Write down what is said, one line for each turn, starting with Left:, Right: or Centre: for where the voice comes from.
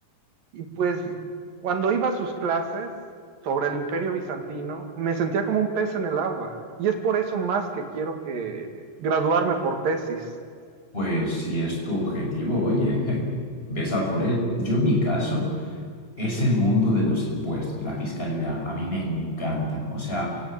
Right: y pues cuando iba a sus clases sobre el Imperio Bizantino, me sentía como un pez en el agua. Y es por eso más que quiero que graduarme por tesis.
Left: Pues si es tu objetivo, oye, <laughs> ves a por él. Yo en mi caso... Es el mundo de los impuestos, la fiscalidad. A mí me encanta. O sea,